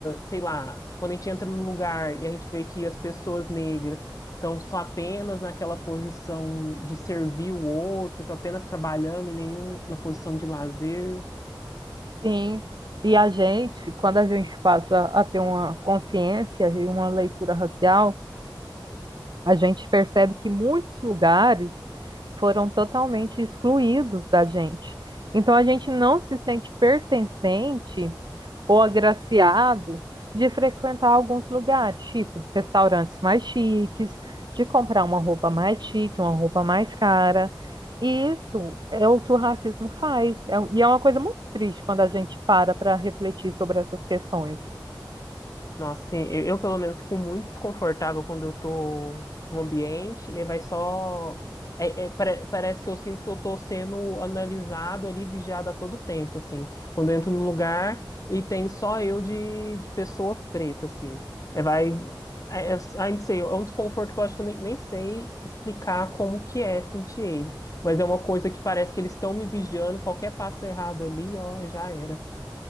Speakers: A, on the left; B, on the right.
A: sei lá, quando a gente entra num lugar e a gente vê que as pessoas negras estão só apenas naquela posição de servir o outro, só apenas trabalhando e nenhum na posição de lazer.
B: Sim. E a gente, quando a gente passa a ter uma consciência e uma leitura racial, a gente percebe que muitos lugares foram totalmente excluídos da gente. Então a gente não se sente pertencente ou agraciado de frequentar alguns lugares, tipo restaurantes mais chiques, de comprar uma roupa mais chique, uma roupa mais cara. E isso é o que o racismo faz. É- um, e é uma coisa muito triste quando a gente para para refletir sobre essas questões.
A: Nossa, sim, eu, eu, pelo menos fico muito desconfortável quando eu tô no ambiente e aí vai só. é- é, pare- parece que eu sinto que eu tô sendo analisado ali, vigiado a todo tempo, assim. Quando eu entro num lugar e tem só eu de, de pessoa preta, assim. É, vai. É, é, ai, não sei, é um desconforto que eu acho que eu nem, nem sei explicar como que é sentir ele. Mas é uma coisa que parece que eles estão me vigiando, qualquer passo errado ali, ó, já era.